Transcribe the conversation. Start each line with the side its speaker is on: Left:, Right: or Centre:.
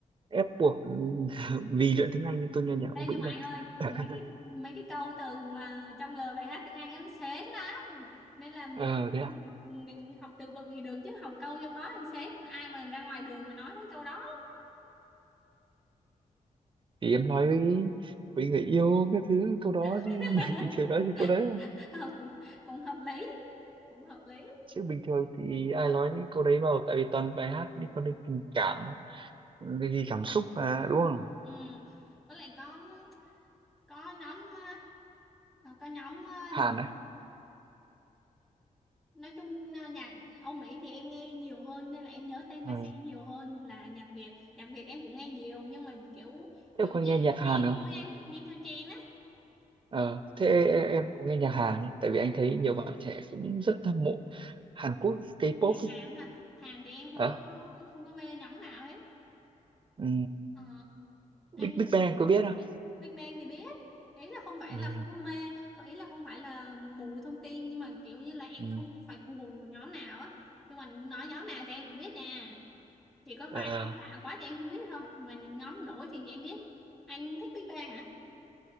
Right: ép buộc <laughs> vì luyện tiếng Anh nhưng tôi nghe nhạc
Centre: Ê,
Right: Âu Mỹ
Centre: nhưng mà
Right: đâu
Centre: anh ơi
Right: <laughs>
Centre: mấy cái mấy cái câu từ mà trong lời bài hát tiếng Anh ấy, nó sến lắm nên là mình
Right: ờ thế
Centre: mình học mình học từ vựng thì được chứ học câu trong đó thì sến ai mà ra ngoài đường mà nói mấy câu đó
Right: thì em nói với với người yêu cái thứ câu đó
Centre: <laughs>
Right: chứ <laughs> bình thường nói thì câu đấy à.
Centre: Ờ, cũng cũng hợp lý cũng hợp lý
Right: chứ bình thường thì ai
Centre: Ờ,
Right: nói những câu đấy đâu tại vì toàn bài hát nhưng còn đây tình cảm cái gì cảm xúc mà đúng không
Centre: ừ. với lại có có nhóm ờ, Ờ, có nhóm ờ,
Right: Hàn
Centre: gì
Right: á
Centre: nói chung ờ, nhạc Âu Mỹ thì em nghe nhiều hơn nên là em nhớ tên
Right: Ờ.
Centre: ca sĩ nhiều hơn là nhạc Việt nhạc Việt em cũng nghe nhiều nhưng mà kiểu kiểu
Right: thế có
Centre: nghe
Right: nghe nhạc
Centre: theo
Right: Hàn
Centre: trend
Right: không
Centre: thôi anh nghe theo trend á
Right: Ờ. thế e- em có nghe nhạc Hàn không? tại vì anh thấy nhiều bạn trẻ cũng rất hâm mộ Hàn Quốc K-pop
Centre: nhạc Hàn
Right: ấy.
Centre: hả Hàn thì em không
Right: Ờ.
Centre: có không có mê nhóm nào hết
Right: Ừ.
Centre: Ờ, anh
Right: Big Big Bang có biết không
Centre: Big Bang thì biết ý là không phải
Right: ừ.
Centre: là không có mê không- ý là không phải là mù thông tin nhưng mà kiểu như là em
Right: Ừ.
Centre: không phải cuồng một nhóm nào á nhưng mà nói nhóm nào thì em cũng biết nha chỉ có
Right: Ờ,
Centre: vài nhóm lạ quá thì em không biết thôi mà những nhóm nổi thì em biết anh thích Big Bang hả